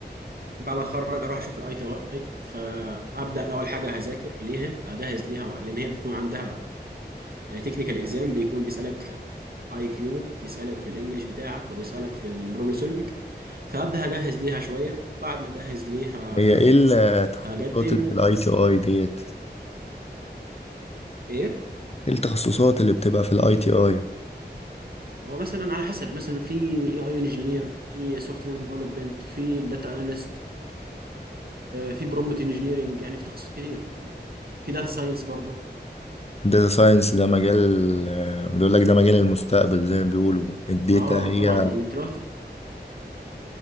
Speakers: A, on the right; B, on the left.
A: بعد ما اتخرج هروح اشوف الاي تي اي فابدا اول حاجه هذاكر ليها اجهز ليها لان هي بتكون عندها تكنيكال اكزام بيكون بيسالك اي كيو بيسالك في الانجليش بتاعك وبيسالك في البروبلم سولفينج فابدا اجهز ليها شويه وبعد ما اجهز ليها
B: هي ايه التخصصات
A: هقدم
B: اللي في الاي تي اي ديت
A: ايه
B: ايه التخصصات اللي بتبقى في الاي تي اي
A: هو مثلا على حسب مثلا في اي اي انجينير في سوفت وير ديفلوبمنت في داتا اناليست في برومبت انجينيرنج يعني في تخصصات كتير في داتا ساينس برضو
B: داتا ساينس ده مجال آه، بيقول لك ده مجال المستقبل زي ما بيقولوا الداتا
A: اه
B: هي
A: طبعا لان دلوقتي